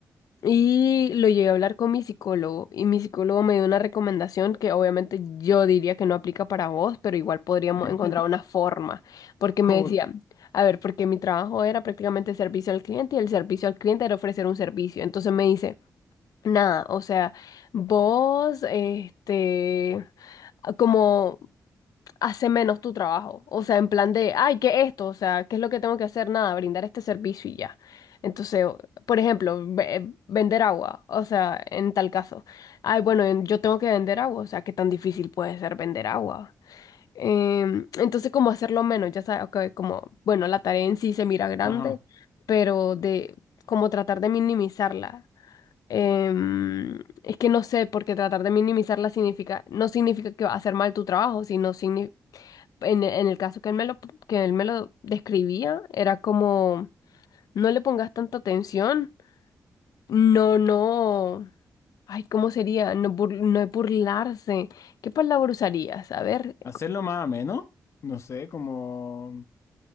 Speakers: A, on the left (about 85°); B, on the left (about 50°).
A: Y lo llegué a hablar con mi psicólogo y mi psicólogo me dio una recomendación que obviamente yo diría que no aplica para vos, pero igual podríamos
B: <laughs>
A: encontrar una forma, porque
B: Como
A: me decía,
B: que,
A: a ver, porque mi trabajo era prácticamente servicio al cliente y el servicio al cliente era ofrecer un servicio. Entonces me dice, nada, o sea, vos, este, como hace menos tu trabajo. O sea, en plan de, ay, ¿qué es esto? O sea, ¿qué es lo que tengo que hacer? Nada, brindar este servicio y ya. Entonces, o- por ejemplo, ve- eh, vender agua. O sea, en tal caso, ay, bueno, en- yo tengo que vender agua. O sea, ¿qué tan difícil puede ser vender agua? Em, entonces, como hacerlo menos, ya sabes, ok, como, bueno, la tarea en sí se mira grande,
B: ajá,
A: pero de como tratar de minimizarla. Em, es que no sé, porque tratar de minimizarla significa, no significa que va a hacer mal tu trabajo, sino significa en, e- en el caso que él me lo, que él me lo describía, era como, no le pongas tanta atención, no, no, ay, ¿cómo sería? No, bur- no es burlarse, ¿qué palabra usarías? A ver,
B: hacerlo más ameno, no sé, como